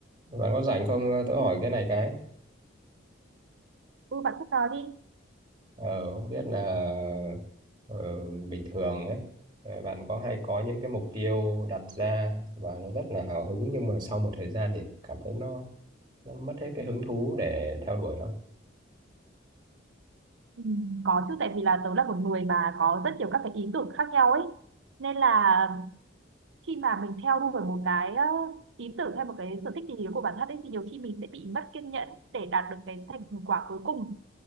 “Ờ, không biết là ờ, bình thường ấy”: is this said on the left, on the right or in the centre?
Right